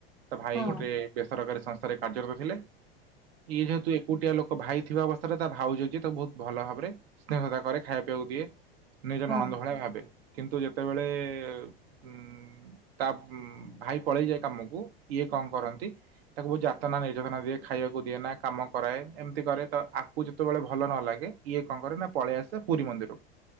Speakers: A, on the right (about 75°); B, in the centre.
A: ତା ଭାଇ
B: ହଁ ହଁ
A: ଗୋଟେ
B: ହଁ
A: ବେସରକାରୀ ସଂସ୍ଥାରେ କାର୍ଯ୍ୟରତ ଥିଲେ। ଇଏ ଯେହେତୁ ଏକୁଟିଆ ଲୋକ ଭାଇ ଥିବା ଅବସ୍ଥାରେ ତା ଭାଉଜ ଯିଏ ତାକୁ ବହୁତ ଭଲ ଭାବରେ ସ୍ନେହ ତା ଘରେ ଖାଇବା ପିଇବାକୁ ଦିଏ। ନିଜର
B: ହଁ
A: ନଣନ୍ଦ
B: ହଁ
A: ଭଳିଆ ଭାବେ କିନ୍ତୁ ଯେତେବେଳେ ଉଁ ତା ଭାଇ ପଳେଇଯାଏ କାମକୁ ଇଏ କଣ କରନ୍ତି ତାକୁ ବହୁ ଯାତନା ନିର୍ଯାତନା ଦିଏ ଖାଇବାକୁ ଦିଏ ନା କାମ କରାଏ ଏମିତି କରେ ତ ଆକୁ ଯେତେବେଳେ ଭଲ ନ ଲାଗେ ଇଏ କଣ କରେ ନା ପଳେଇ ଆସେ। ସେ ପୁରୀ ମନ୍ଦିର